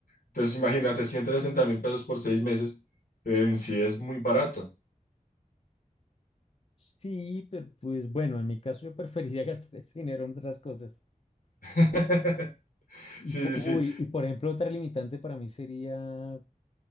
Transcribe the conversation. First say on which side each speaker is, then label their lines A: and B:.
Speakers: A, on the left; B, on the left.
A: Entonces imagínate, ciento sesenta mil pesos por seis meses, eh, en sí es muy barato.
B: Sí, pero pues bueno, en mi caso yo preferiría <laughs> gastar ese dinero en otras cosas.
A: <laughs>
B: Y,
A: Sí,
B: po- uy,
A: sí, sí,
B: y por ejemplo, otra limitante para mí sería